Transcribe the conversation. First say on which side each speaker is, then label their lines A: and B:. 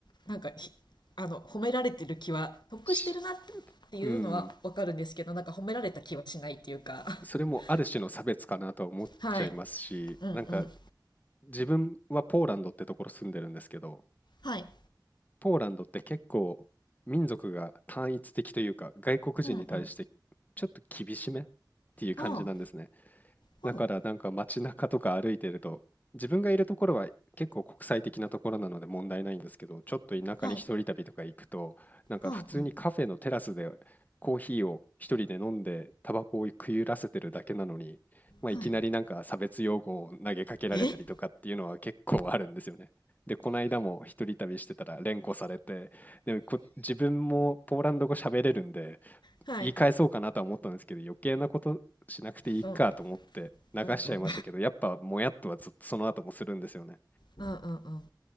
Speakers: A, on the left (about 70°); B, on the left (about 20°).
A: なんかひあの褒められてる気は得してるなっ
B: し
A: ていうのはわかるんですけどなんか褒められた気はしないっていうか
B: うん。
A: <laughs>
B: それもある種の差別かなとは思っちゃいますし、
A: はいうんうん
B: なんか自分はポーランドってところ住んでるんですけど
A: はい
B: ポーランドって結構民族が単一的というか、外国人に対してちょっと厳しめっ
A: うんうんあ
B: ていう感じなんですね。
A: あおう
B: だからなんか街中とか歩いてると、自分がいるところは結構国際的なところなので問題ないんですけど、ちょっと田舎に一人旅とか行くと、
A: はい
B: なんか普通にカフェのテラスで
A: ああうん
B: コーヒーを一人で飲んで、タバコを食い揺らせてるだけなのに、まあ、
A: はい
B: いきなりなんか差別用語を投げかけられたりとかっていうのは結構あるんですよね。
A: え
B: で、この間も一人旅してたら連呼されて、で、こ自分もポーランド語喋れるんで、
A: はい
B: 言い返そうかなとは思ったんですけど、余計なことしなくていいかと思って流しちゃいましたけど、
A: うんうんうん
B: やっぱもやっとはずっとその後もするんですよね。
A: うんうんうん